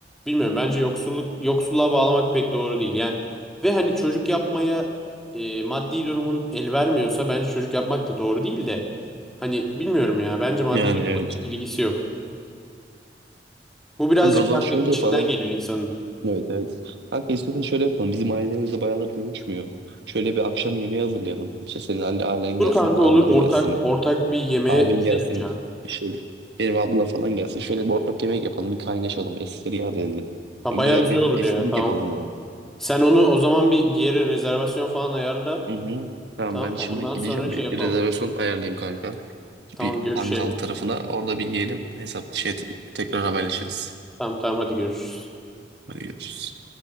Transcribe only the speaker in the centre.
bilmiyorum bence yoksulluk yoksulluğa bağlamak pek doğru değil yani. Ve hani çocuk yapmaya e, maddi durumun el vermiyorsa bence çocuk yapmak da doğru değil de. Hani bilmiyorum ya bence maddi
durumla
pek ilgisi yok. Bu birazcık
kanka
içinden
geliyor insanın.
Dur
kanka
olur ortak
ortak bir yemeğe
gidelim
ya.
Ha,
bayağı güzel
olur
ya tamam.
Sen onu o zaman bir, bir yere rezervasyon falan ayarla.
Tamam
mı?
Ondan
sonra şey
yapalım.
Tamam
görüşelim.
Tamam tamam hadi görüşürüz.